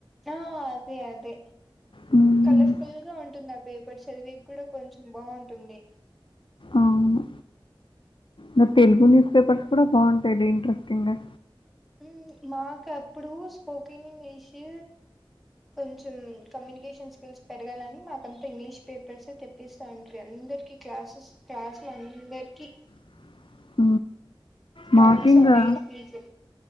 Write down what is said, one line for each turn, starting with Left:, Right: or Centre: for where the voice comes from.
Centre: ఆ అదే అదే
Left: హ్మ్.
Centre: కలర్ఫుల్ గా ఉంటుంది అన్ పేపర్ చదివి కూడా కొంచెం బాగుంటుంది
Left: అవును నా తెలుగు న్యూస్ పేపర్ కూడా బాగుంటాయిలే ఇంట్రెస్టింగ్ గా
Centre: మ్ మాకు అప్పుడు స్పోకన్ ఇంగ్లీషసు కొంచెం కమ్యూనికేషన్ స్కిల్స్ పెరగాలని మాకంతా ఇంగ్లీష్ పేపర్స్ తెప్పిస్తా ఉంరి అందరు కి క్లాసెస్ క్లాసులందరికి.
Left: <inaudible> మేకింగా,
Centre: దానికి సపరేట్ ఫీజు